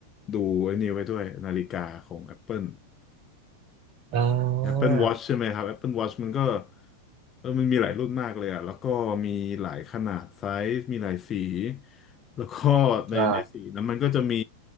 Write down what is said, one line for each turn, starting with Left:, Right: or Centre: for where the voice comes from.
Left: ดูไอ้นี่ไว้ด้วยนาฬิกาของ Apple
Right: อ่า
Left: Apple Watch ใช่ไหมครับ Apple Watch มันก็เออมันมีหลายรุ่นมากเลยอะแล้วก็มีหลายขนาดไซส์มีหลายสีแล้วก็ในในสีนั้นมันก็จะมี
Right: ใช่